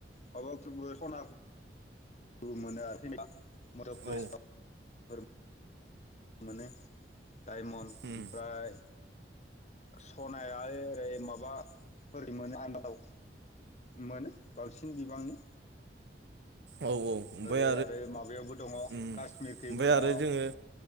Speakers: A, on the left; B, on the right.
A: माबाफोरबो सना दु मोनो आरोख मद पुलिसाव
B: औ
A: फोर मोनो डायमन्
B: उम
A: ओमफ्राय सनाया ओरै माबाफोरमोन आनबालाव मोनो बांसिन बिबांनि
B: औ ओमफ्राय
A: ओरै आरो माबायावबो दङ
B: उम
A: काास्मिरखैबो
B: ओमफ्राय
A: दङ
B: आरो जोङो